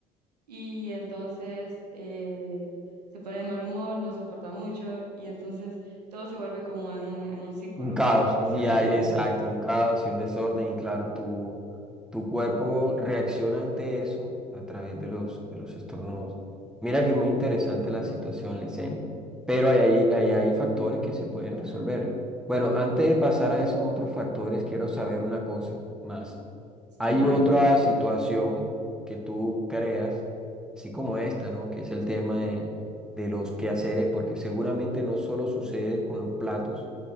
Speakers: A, on the right; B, in the centre.
A: y entonces eh, se pone de mal humor, no soporta mucho y entonces todo se vuelve como en un, en un círculo
B: Un caos,
A: vicioso,
B: un día,
A: ¿me
B: exacto,
A: entiendes?
B: un caos y un desorden. Y claro, tu, tu cuerpo reacciona ante eso a través de los, de los estornudos. Mira que muy interesante la situación, Licen. Pero hay, ahí- ahí hay factores que se pueden resolver. Bueno, antes de pasar a esos otros factores, quiero saber una cosa más.
A: Sí,
B: Hay
A: dime.
B: otra situación que tú creas, así como esta, ¿no? Que es el tema de, de los quehaceres, porque seguramente no solo sucede con los platos,